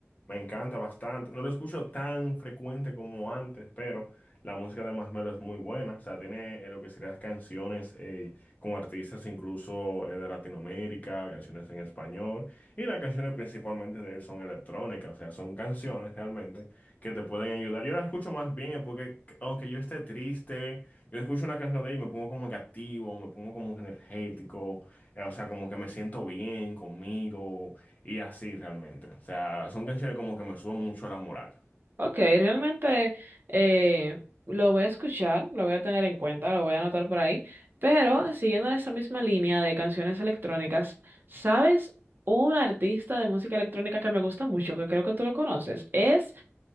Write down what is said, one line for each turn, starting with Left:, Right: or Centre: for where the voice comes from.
Left: Me encanta bastante. No lo escucho tan frecuente como antes, pero la música de Masmelo es muy buena. O sea, tiene eh, lo que serían canciones eh, con artistas incluso eh, de Latinoamérica, canciones en español. Y las canciones principalmente de él son electrónicas, o sea, son canciones realmente que te pueden ayudar. Yo las escucho más bien es porque, aunque yo esté triste, yo escucho una canción de él y me pongo como que activo, me pongo como que energético, eh, o sea, como que me siento bien conmigo y así realmente. O sea, son canciones como que me suben mucho la moral.
Right: Ok, realmente eh, lo voy a escuchar, lo voy a tener en cuenta, lo voy a anotar por ahí. Pero siguiendo esa misma línea de canciones electrónicas, ¿sabes? Un artista de música electrónica que me gusta mucho, que creo que tú lo conoces, es